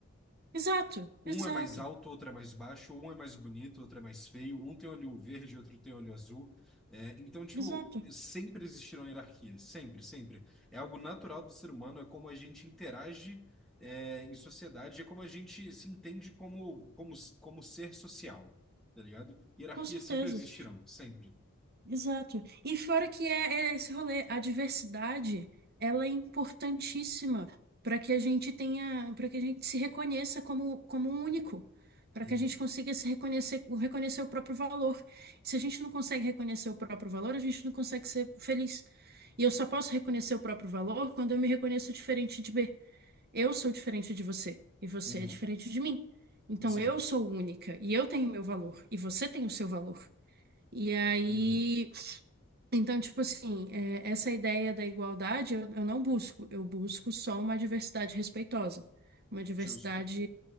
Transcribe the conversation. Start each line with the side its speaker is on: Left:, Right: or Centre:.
Right: exato,
Centre: Um
Right: exato,
Centre: é mais alto, outro é mais baixo, um é mais bonito, outro é mais feio, um tem olho verde, outro tem olho azul. né? então, tipo,
Right: exato,
Centre: sempre existirão hierarquias, sempre, sempre. É algo natural do ser humano, é como a gente interage, é, em sociedade, é como a gente se entende como, como, como ser social, tá ligado? Hierarquias
Right: com certeza.
Centre: sempre existirão, sempre.
Right: Exato. E fora que é, é esse rolê, a diversidade, ela é importantíssima para que a gente tenha, para que a gente se reconheça como, como um único, para
Centre: Uhum.
Right: que a gente consiga se reconhecer, reconhecer o próprio valor. Se a gente não consegue reconhecer o próprio valor, a gente não consegue ser feliz. E eu só posso reconhecer o próprio valor quando eu me reconheço diferente de B. Eu sou diferente de você e você
Centre: Uhum.
Right: é diferente de mim. Então
Centre: Sim.
Right: eu sou única e eu tenho meu valor e você tem o seu valor. E aí
Centre: Uhum.
Right: então, tipo assim, é, essa ideia da igualdade eu, eu não busco, eu busco só uma diversidade respeitosa, uma diversidade
Centre: Justo.